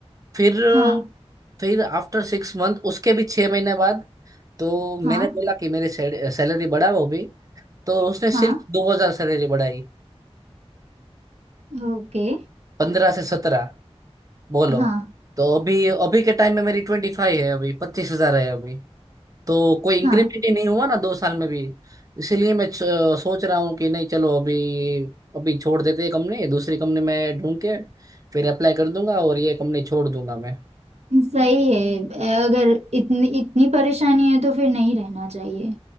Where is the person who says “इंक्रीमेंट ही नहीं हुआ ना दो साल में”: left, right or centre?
Right